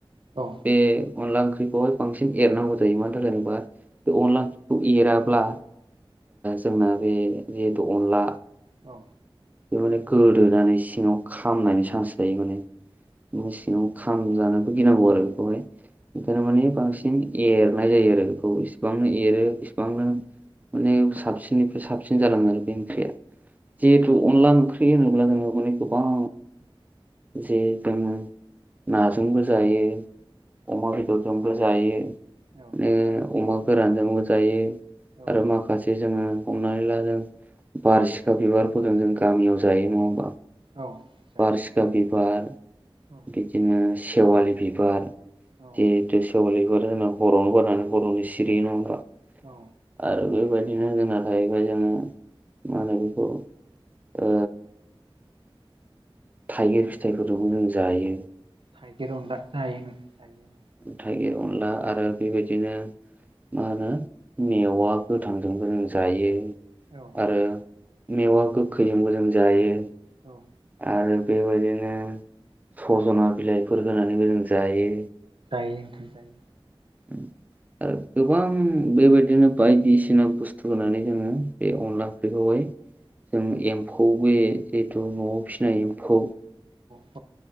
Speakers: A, on the right; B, on the right.
A: औ
B: बे अनला ओंख्रिखौहाय बांसिन एरनांगौ जायो मानो होनो जेनबा बे अनला खौ एराब्ला जोंना बे जिहेथु अनला
A: औ
B: बे माने गोदोनानै सिङाव खामनायनि चान्स जायो माने सिङाव खामजानोबो गिनांगौ आरो बेखौहाय ओंखायनो माने बांसिन एरनाय जायो आरो बेखौसो बेसेबांनो एरो बेसेबांनो माने साबसिननिफ्राय साबसिन जालाङो आरो बे ओंख्रिया। जिहेतु अनला ओंख्रि होनोब्ला माने गोबां जे दङो नाजोंबो जायो अमा बेदर संबा जायो
A: औ
B: बि अमाखौ गोरानजोंबो जायो।
A: औ
B: आरो माखासे जोङो हमनानै ला जों बारसिखा बिबारफोरजों जों गामियाव जायो नङा होमबा।
A: औ जायो
B: बारसिखा बिबार
A: औ
B: बिदिनो सेवालि बिबार
A: औ
B: जे बिदिनो सेवालिफोरजों ना बर'नो बनानै बर'नि सिरियो नंङा होनबा।
A: औ
B: आरो बेबायदिनो जोंना थाहैबाय जोङो मा होनो बेखौ ओ थाइगिर फिथाइफोरखौबो जों जायो।
A: थाइगिर अनला जायो।
B: थाइगिर अनला आरो बेबायदिनो मा होनो मेवा गोथांजोंबो जों जायो।
A: औ
B: आरो मेवा गोखैजोंबो जों जायो।
A: औ
B: आरो बेबायदिनो सजना बिलाइफोर होनानैबो जों जायो।
A: जायो नोंथां जायो।
B: उम आरो गोबां बेबायदिनो बायदिसिना बुस्थु होनानै जोङो बे अनला ओंख्रिखौहाय जों एम्फौ बे जिहेथु न'आव फिसिनाय एम्फौ
A: औ